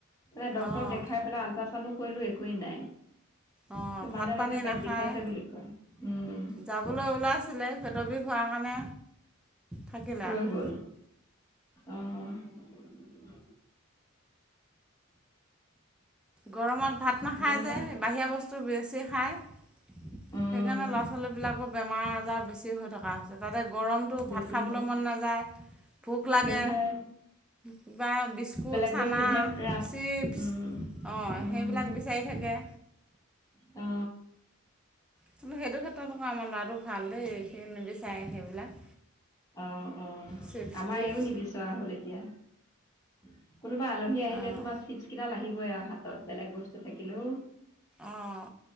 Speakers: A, on the left; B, in the centre.
A: মানে ডক্তৰক
B: অঁ
A: দেখাই পেলাই আল্ট্ৰাচনো কৰিলো একোৱেই নাই
B: অঁ
A: ত
B: ভাত
A: মাজে
B: পানী
A: মাজে পেট
B: নাখায়
A: বিখাইছে বুলি কয় উম
B: যাবলৈ ওলাইছিলে পেটৰ বিষ হোৱাৰ কাৰণে থাকিলে
A: ৰৈ
B: আকৌ
A: গল আহ
B: গৰমত ভাত নাখায়
A: জালা
B: যে বাহিৰা বস্তু বেছি খায়
A: উম
B: সেইকাৰণে ল'ৰা ছোৱালী বিলাকৰ বেমাৰ আজাৰ বেছি হৈ থকা হৈছে তাতে গৰমটো
A: বেছি
B: ভাত খাবলৈ
A: হয়
B: মন নাযায় ভোক লাগে
A: নাযায়
B: কিবা‌ বিস্কুট
A: বেলেগ
B: চানা
A: বস্তুতহে ৰাপ
B: চিপছ
A: উম
B: অ‌
A: উম
B: সেইবিলাক বিচাৰি থাকে
A: অ
B: কিন্তু সেইটো ক্ষেত্ৰত আকৌ আমাৰ ল'ৰাটো ভাল দেই সি নিবিচাৰে সেইবিলাক
A: অ অ
B: চিপছ
A: আমাৰ
B: টিপছ
A: এইও নিবিচৰা হ'ল এতিয়া কোনোবা আলহী আহিলে
B: অঁ
A: তোমাৰ চিপছ কেইডাল আহিবই আৰু হাতত বেলেগ বস্তু থাকিলো
B: অঁ